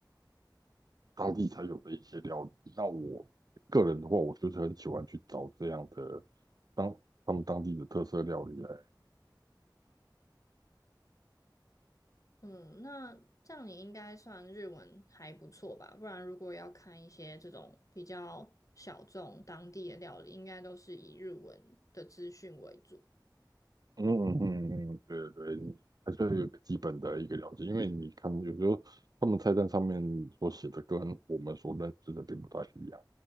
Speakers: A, on the right; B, on the left.
A: 当地才有的一些料理。那我个人的话，我就是很喜欢去找这样的。当他们当地的特色料理来。
B: 嗯，那这样你应该算日文还不错吧？不然如果要看一些这种比较小众当地的料理，应该都是以日文的资讯为主。
A: 嗯嗯嗯嗯，对对，你还是要有个基本的一个了解，因为你看有时候他们菜单上面所写的跟我们所认知的并不太一样。